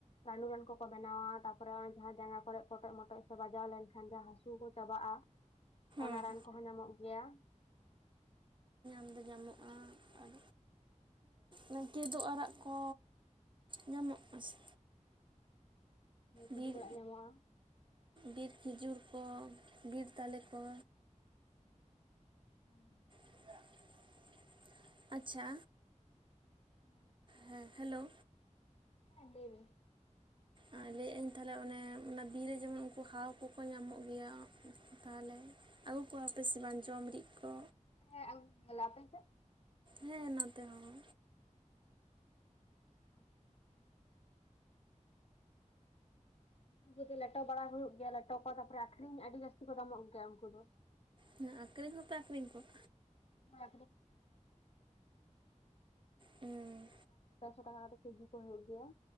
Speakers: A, on the left; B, on the right.
A: ᱨᱟᱱᱩ ᱨᱟᱱ ᱠᱚᱠᱚ ᱵᱮᱱᱟᱣᱟ ᱛᱟᱯᱚᱨᱮ ᱦᱚᱸᱜᱼᱚᱭ ᱡᱟᱦᱟ ᱡᱟᱸᱜᱟ ᱠᱚᱨᱮ ᱯᱚᱴᱮᱡ ᱢᱚᱴᱚᱡ ᱥᱮ ᱵᱟᱡᱟᱣ ᱞᱮᱱᱠᱷᱟᱱ ᱡᱟᱦᱟᱸ ᱦᱟᱹᱥᱩ ᱠᱚ ᱪᱟᱵᱟᱜᱼᱟ᱾ ᱚᱱᱟ
B: ᱦᱮᱸ
A: ᱨᱟᱱ ᱠᱚᱦᱚᱸ ᱧᱟᱢᱚᱜ ᱜᱮᱭᱟ᱾
B: ᱟᱫᱚ ᱧᱟᱢᱚᱜᱼᱟ ᱟᱨ ᱚᱱᱮ ᱠᱮᱫᱳᱵ ᱟᱲᱟᱜ ᱠᱚ ᱧᱟᱢᱚᱜᱼᱟ ᱥᱮ?
A: ᱠᱤᱫᱩᱵ
B: ᱵᱤᱨ,
A: ᱚᱲᱟᱜ ᱧᱟᱢᱚᱜᱼᱟ
B: ᱵᱤᱨ ᱠᱷᱤᱡᱩᱨ ᱠᱚ ᱵᱤᱨ ᱛᱟᱞᱮ ᱠᱚ,
A: ᱦᱳᱭ ᱦᱳᱭ᱾
B: <inaudible> ᱟᱪᱪᱷᱟ
A: <inaudible>
B: ᱦᱮᱸ ᱦᱮᱞᱳ᱾
A: ᱦᱮᱸ ᱞᱟᱹᱭ ᱵᱤᱱ᱾
B: ᱟ ᱞᱟᱹᱭ ᱟᱹᱧ ᱛᱟᱦᱞᱮ ᱚᱱᱮ ᱚᱱᱟ ᱵᱤᱨ ᱨᱮ ᱡᱮᱢᱚᱱ ᱩᱱᱠᱩ ᱦᱟᱣ ᱠᱚᱠᱚ ᱧᱟᱢᱚᱜ ᱜᱮᱭᱟ ᱛᱟᱦᱟᱞᱮ, ᱟᱜᱩ ᱠᱚᱣᱟ ᱯᱮ ᱥᱮ ᱵᱟᱝ ᱡᱚᱢ ᱨᱤᱫ ᱠᱚ?
A: ᱦᱮᱸ ᱟᱜᱩ ᱠᱚ <inaudible> ᱟᱯᱮ ᱥᱮᱜ?
B: ᱦᱮᱸ ᱱᱚᱛᱮ ᱦᱚᱸ,
A: <unintelligible> ᱩᱱᱠᱩ ᱫᱚ ᱞᱮᱴᱚ ᱵᱟᱲᱟ ᱦᱩᱭᱩᱜ ᱜᱮᱭᱟ ᱞᱮᱴᱚ ᱠᱚ ᱛᱟᱨᱯᱚᱨᱮ ᱟᱠᱷᱨᱤᱧ ᱟᱰᱤ ᱡᱟᱥᱛᱤ ᱠᱚ ᱫᱟᱢᱚᱜ ᱜᱮᱭᱟ ᱩᱱᱠᱩ ᱫᱚ ᱾
B: ᱦᱮᱸ ᱟᱠᱠᱷᱨᱤᱧ ᱦᱚᱸᱯᱮ ᱟᱹᱷᱨᱤᱧ ᱠᱚᱣᱟ᱾
A: <inaudible> ᱯᱮᱥᱚ
B: ᱦᱩᱸ
A: ᱴᱟᱠᱟ ᱠᱟᱛᱮᱜ ᱠᱮᱡᱤ ᱠᱚ ᱦᱳᱭᱳᱜ ᱜᱮᱭᱟ᱾